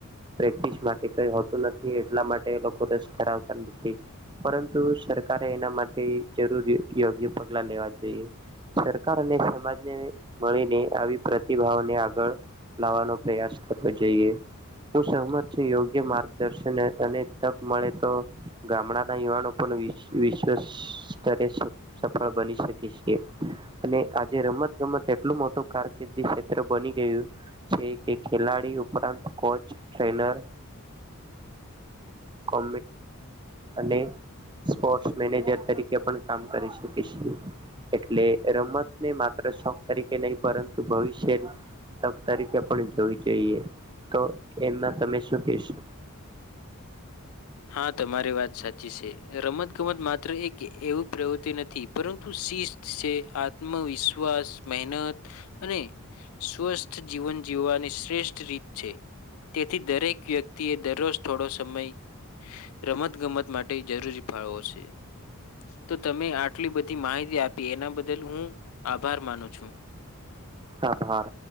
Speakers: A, on the right; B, on the left.
A: પ્રેક્ટસ માટે કંઈ હોતું નથી. માટે રસ ધવતા નથી, પરંતુ સરકારે એના માટે જરૂરી. પગલા લેવા જોઈએ. સરકાર અને સમાજને મળીને આવી પ્રતિભાઓને આગળ લાવવાનો પ્રયાસ કરવો જોઈએ. હું સહમત છું. યોગ્ય માર્ગદર્શન. તને તક મળે, તો ગામડાના યુવાનો પણ વિશ્વ સ્તરે. સફળ બની શકે છે. અને આજે રમત-ગમત એટલું મોટું કારકિર્દી ક્ષેત્ર બની. કે ખેલાડી ઉપરાંત કોચ ટ્રેનર કો અને <unintelligible> સ્પોર્ટ્સ મેનેજર તરીકે પણ કામ કરી શકીશ એટલે રમતને માત્ર શોખ તરીકે નહી પરંતુ ભવિષ્ય તક તરીકે પણ જોવી જોઈએ તો એમાં તમે શું કેશો
B: હા તમારી વાત સાચી છે રમત ગમત માત્ર એક એવું પ્રવૃત્તિ નથી પરંતુ શિસ્ત છે આત્મવિશ્વાસ મહેનત અને સ્વસ્થ જીવન જીવવાની શ્રેષ્ઠ રીત છે તેથી દરેક વ્યક્તિ એ દરરોજ થોડો સમય રમત ગમત માટે જરૂરી ફાળવો છે તો તમે આટલી બધી માહિતી આપી એના બદલ હું આભાર માનું છું
A: આભાર